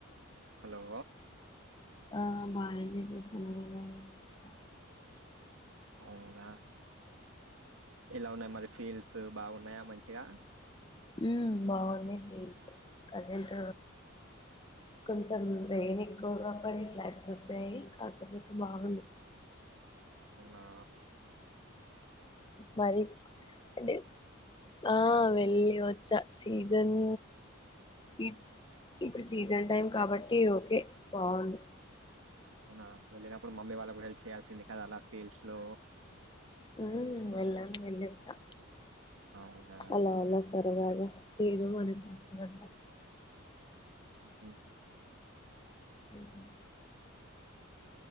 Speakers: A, on the right (about 75°); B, on the left (about 25°).
A: హలో
B: ఆ బాగా ఎంజాయ్ చేశాను నువ్వు ఎలా ఎంజాయ్ చేసావ్
A: అవునా ఎలా ఉన్నాయి మరి ఫీల్స్ బాగున్నాయా మంచిగా
B: మ్ బాగున్నాయి ఫీల్స్ ప్రజెంట్ కొంచెం రెయిన్ ఎక్కువగా పడే ఫ్లాట్స్ వచ్చాయి కాకపోతే బాగుంది <inaudible>
A: ఉన్నా
B: మరి అంటే ఆ వెళ్లి వచ్చ సీజన్ సీజ ఇప్పుడు సీజన్ టైమ్ కాబట్టి ఓకే బాగుంది
A: అవునా వెళ్ళినప్పుడు మమ్మీ వాళ్ళ కూడా హెల్ప్ చేయాల్సింది కదా అలా ఫీల్డ్స్ లో
B: మ్ వెళ్ళ వచ్చా
A: అవునా
B: అలా అ సరదాగా ఏదో మనకుచ్చినంతా
A: మ్
B: <unintelligible>